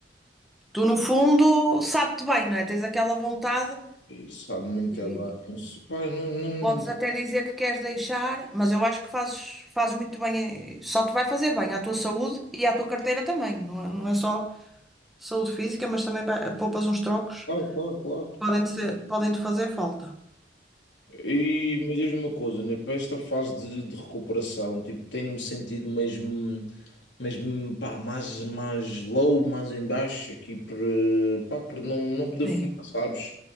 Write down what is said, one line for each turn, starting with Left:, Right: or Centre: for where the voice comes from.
Centre: Tu, no fundo, sabe-te bem, não é? Tens aquela vontade
Left: e sabe muito
Centre: e
Left: bem. Eu disse, Pá, não, não,
Centre: podes até dizer que queres deixar, mas eu acho que fazes, fazes muito bem, eh, só te vai fazer bem à tua saúde e à tua carteira também, não é, não é só. saúde física, mas também ba- poupas uns trocos,
Left: claro, claro, claro.
Centre: podem te, ser- podem te fazer falta.
Left: E mas diz-me uma coisa, né? Para esta fase de, de recuperação, tipo, tenho-me sentido mesmo, mesmo pá, mais, mais low, mais em baixo, aqui por, eh, pá, por não, não poder
Centre: Sim.
Left: fumar, sabes?